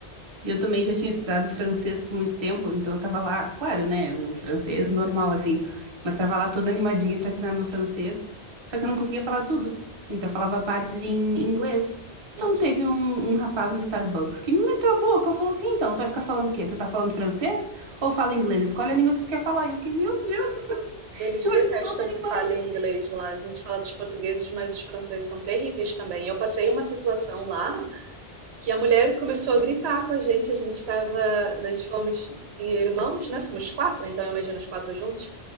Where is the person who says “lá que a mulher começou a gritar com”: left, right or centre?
Right